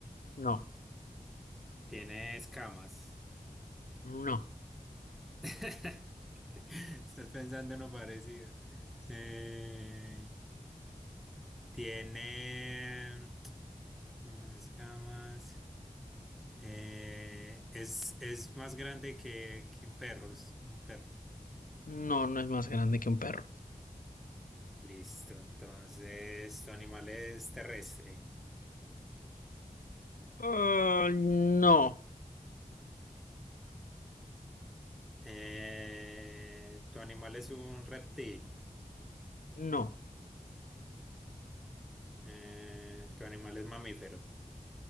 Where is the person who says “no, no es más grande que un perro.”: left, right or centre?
Left